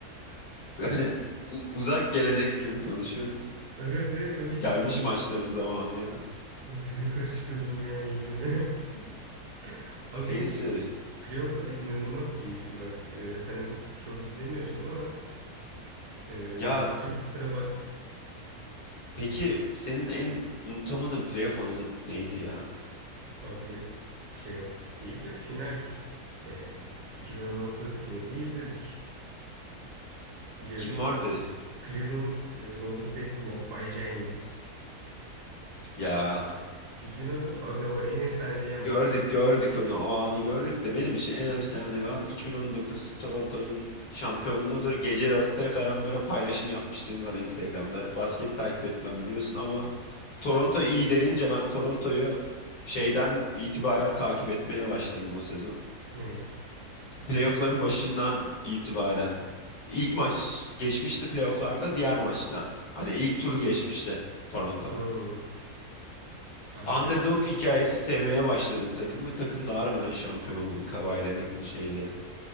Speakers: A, on the left; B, on the right.
A: <laughs> böyle u- uzak gelecek gibi konuşuyoruz.
B: Evet evet abi
A: Gelmiş
B: şu an
A: maçların zamanı ya.
B: günü karıştırdım ya iyicene. <laughs> Abi
A: Neyse.
B: bu playofflar inanılmaz keyifli bak. Ee, sen çok izlemiyorsun ama e,
A: Ya
B: 7. maçlara bak.
A: peki senin en unutamadığın playoff anı neydi ya?
B: Abi playoff değil de final yani. 2016 finalini izledik biliyorsun.
A: Kim vardı?
B: Cleveland e, Golden State Blocked by James.
A: Ya
B: Bildin onu? Aga o en efsanevi yandır
A: gördük gördük onu o anı gördük de benim için en önemlisi anı ve an 2019 Toronto'nun şampiyonluğudur. Gece dörtte falan böyle paylaşım yapmıştım var Instagram'da. Basketi takip etmem biliyorsun ama Toronto iyi denince ben Toronto'yu şeyden itibaren takip etmeye başladım o sezon.
B: meydan.
A: Playoff'ların başından itibaren ilk maç geçmişti playoff'larda diğer maçta. Hani ilk turu geçmişti Toronto.
B: Hmm. Abi
A: Underdog hikayesi sevmeye başladım takımı. Takım da harbiden şampiyon oldu. Kawhi Leonard'lı şeyli.